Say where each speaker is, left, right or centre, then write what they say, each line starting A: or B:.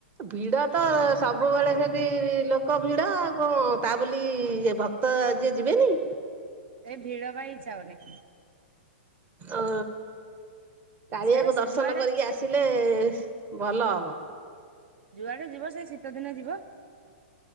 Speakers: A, on the right; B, on the right.
A: ଭିଡ ତ ସବୁବେଳେ ସେଠି ଲୋକ ଭିଡ ଆଉ କଣ ତା ବୋଲି ଭକ୍ତ କ୍ତ ଯିଏ ଯିବେନି।
B: ଏ ଭିଡ ପାଇଁ ଇଚ୍ଛା ହଉନି।
A: ଓ କାଳିଆକୁ
B: ସେ
A: ଦର୍ଶନ
B: ଯୁଆଡେ
A: କରିକି ଆସେ ସିଲେ ଭଲ ହବ।
B: ଯୁଆଡେ ଯିବ ସେ ଶୀତ ଦିନେ ଯିବ